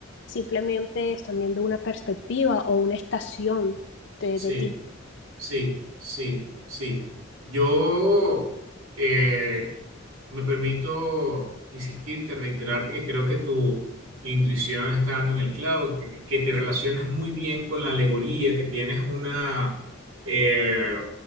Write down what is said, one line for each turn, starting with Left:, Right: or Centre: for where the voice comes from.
Left: simplemente están viendo una perspectiva o una estación de,
Right: sí.
Left: de ti.
Right: Sí, sí, sí. Yo eh, me permito insistirte, reiterarte que creo que tu intuición está dando en el clavo, que, que te relacionas muy bien con la alegoría, que tienes una, eh,